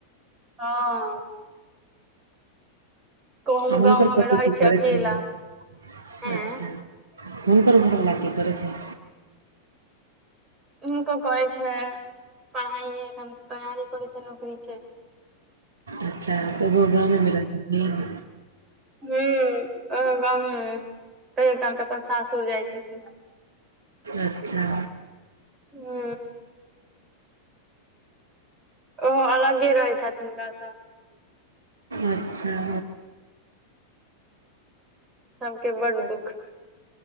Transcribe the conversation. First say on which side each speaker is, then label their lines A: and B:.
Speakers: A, on the right (about 20°); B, on the right (about 70°).
A: हँ। हमहुँ
B: आ
A: गाँव
B: हुनकर
A: घरमे
B: पति
A: रहै
B: की
A: छी
B: करै
A: अकेला
B: छैन जे?
A: ऐं
B: हुनकर घरवला की करैत छै?
A: हुनको करै छै पढ़ाइये एखन तैयारी करै छै नौकरीके।
B: अच्छा तऽ एगो गामें में रहै छथिन?
A: ह्म्म एखन गामे में कहियो कालके अपन सासुर जाइ छथिन।
B: अच्छा।
A: हू। ओहो अलगे रहैत छथि हुनकासँ।
B: अच्छा।
A: सबके बड्ड दुःख।